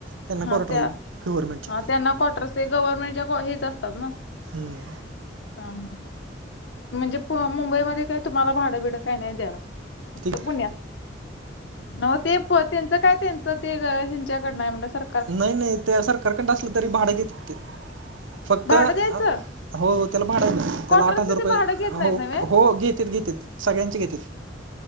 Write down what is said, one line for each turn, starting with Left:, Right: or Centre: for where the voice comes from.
Right: त्यांना
Left: हा
Right: क्वार्टर्स
Left: त्या
Right: गव्हर्नमेंटचे
Left: ह त्यांना क्वार्टरसं ते गव्हर्नमेंटच्या हेच असतात ना
Right: हम्म
Left: हा हा म्हणजे मुंबईमध्ये काय तुम्हाला भाडं बिडं काय नाय द्यायला फक्त
Right: ठीक
Left: पुण्यात नव ते त्यांच काय त्यांच ते हच्याकडन हाय सर
Right: नाही नाही ते सरकारकडून असलं तरी भाडं घेतात ते फक्त
Left: भाडं द्यायचं?
Right: हो त्याला भाड ना
Left: क्वार्टरचं
Right: त्याला आठ हजार जर
Left: ते
Right: का
Left: भाडं घेत नाहीत
Right: हो
Left: नव्हे?
Right: हो घेत घेत सगळ्यांचे घेतात